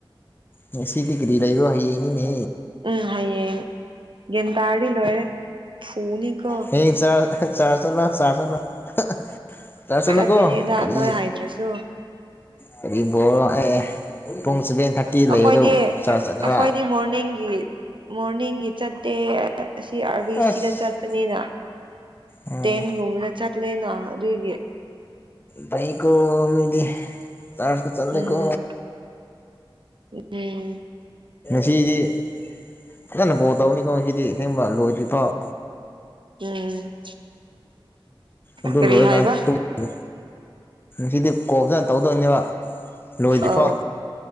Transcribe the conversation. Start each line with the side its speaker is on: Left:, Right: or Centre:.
Left: ꯉꯁꯤꯗꯤ ꯒ꯭ꯔꯤ ꯂꯩꯕ꯭ꯔꯣ ꯍꯥꯌꯦꯡꯅꯤꯅꯦ
Right: ꯎꯝ ꯍꯌꯦꯡ ꯌꯦꯟꯗꯥꯔꯗꯤ ꯂꯣꯏꯔꯦ ꯐꯨꯅꯤꯀꯣ
Left: ꯍꯌꯦꯡ ꯆꯥꯔ -ꯍ - ꯆꯥꯔ ꯆꯠꯂꯣ ꯆꯥꯔ ꯆꯠꯂ ꯍ ꯑ ꯆꯥꯔꯁ ꯆꯠꯂꯣꯀꯣ
Right: ꯆꯠꯀꯅꯤꯗ
Left: ꯀꯔꯤ
Right: ꯅꯣꯏ ꯍꯥꯏꯗ꯭ꯔꯁꯨ
Left: ꯀꯔꯤ ꯕꯣꯜ ꯂꯥ ꯑꯦ ꯄꯨꯡ ꯁꯚꯦꯟ ꯊꯥꯔꯇꯤ
Right: ꯑꯩꯈꯣꯏꯗꯤ
Left: ꯂꯩꯕꯗꯣ ꯆꯥꯔꯆ ꯆꯠꯔꯥ
Right: ꯑꯩꯈꯣꯏꯗꯤ ꯃꯣꯔꯅꯤꯡꯒꯤ ꯃꯣꯔꯅꯤꯡꯒꯤ ꯆꯠꯇꯦ ꯑꯁꯤ ꯑꯥꯔꯕꯤ
Left: ꯑꯁ
Right: ꯁꯤꯗ ꯆꯠꯄꯅꯤꯅ
Left: ꯎꯝ
Right: ꯇꯦꯟꯒꯨꯝꯕꯗ ꯆꯠꯂꯦꯅ ꯗꯨꯒꯤ
Left: ꯐꯩꯀꯣ ꯃꯤꯗꯤ ꯆꯥꯔꯁꯀꯥ ꯆꯠꯂꯦꯀꯣ
Right: ꯎꯝ ꯎꯝ
Left: ꯁꯤꯗꯤ ꯐꯖꯅ ꯒꯣꯜ ꯇꯧꯅꯤꯀꯣ ꯁꯤꯗꯤ ꯁꯦꯡꯕ ꯂꯣꯏꯗ꯭ꯔꯤꯐꯥꯎ
Right: ꯎꯝ
Left: ꯑꯗꯨ
Right: ꯀꯔꯤ
Left: ꯂꯣꯏꯔ
Right: ꯍꯥꯏꯕ
Left: ꯀꯥꯟ ꯇꯨꯝꯃꯨ ꯁꯤꯗꯤ ꯀꯣ ꯐꯖꯅ ꯇꯧꯗꯣꯏꯅꯦꯕ ꯂꯣꯏꯗ꯭ꯔꯤꯐꯥꯎ
Right: ꯑ